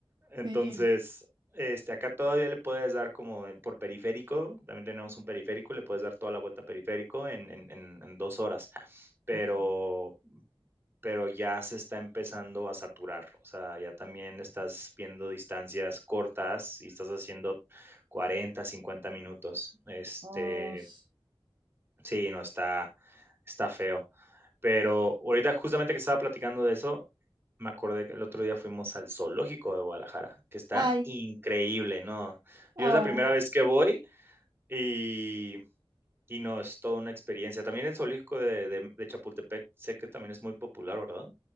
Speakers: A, on the right; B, on the right.
A: Entonces,
B: Sí.
A: este, acá todavía le puedes dar como en- por periférico, también tenemos un periférico, le puedes dar toda la vuelta a periférico en, en, en, en dos horas, pero,
B: Ok.
A: pero ya se está empezando a saturar, o sea, ya también estás viendo distancias cortas y estás haciendo 40 50 minutos. Este,
B: Oh, sh-
A: sí, no está, está feo. Pero ahorita justamente que estaba platicando de eso, me acordé que el otro día fuimos al zoológico de Guadalajara, que está
B: ay,
A: increíble, ¿no?
B: oh.
A: Yo es la primera vez que voy y y no, es toda una experiencia. También el zoológico de de de Chapultepec, sé que también es muy popular, ¿verdad?